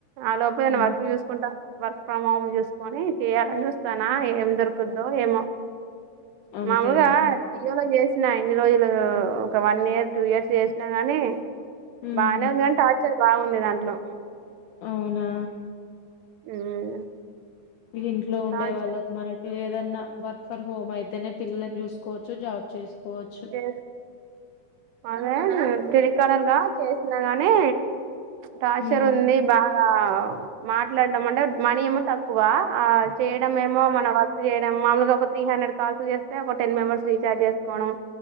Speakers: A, on the right; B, on the left.
A: ఆ లోపే
B: ఉమ్
A: వర్క్ చూసుకుంటా వర్క్ ఫ్రమ్ హోమ్ చూస్ సుకొని చేయాలని చూస్తానా ఏం దొరుకుద్దో ఏమో
B: అంతేనా
A: మామూలుగా ఉద్యోగం చేసి ఇన్ని రోజులు ఒక వన్ ఇయర్ టూ ఇయర్స్ చేసినా గానీ
B: ఉహు
A: బానే ఉంది గానీ టార్చ్ బాగుండే దాంట్లో
B: అవునా
A: ఉమ్.
B: ఇంట్లో ఉండే
A: టార్చర్
B: వాళ్ళకు మనకి ఏదన్నా వర్క్ ఫ్రమ్ హోమ్ అయితేనే పిల్లని చూసుకు- <unintelligible> జాబ్ చేసుకోవచ్చు
A: చేస్- అదే టెలీ కాలర్ గా చేసి గానే టార్చర్
B: ఉమ్
A: ఉంది బాగా ఆ మాట్లాడదాం అంటే మనీ ఏమో తక్కువ ఆ చేయడం ఏమో మన వర్క్ చేయడం మామలుగా ఒక త్రీ హండ్రెడ్ కాల్స్ చేస్తే ఒక టెన్ మెంబర్స్ జార్జస్ కోడం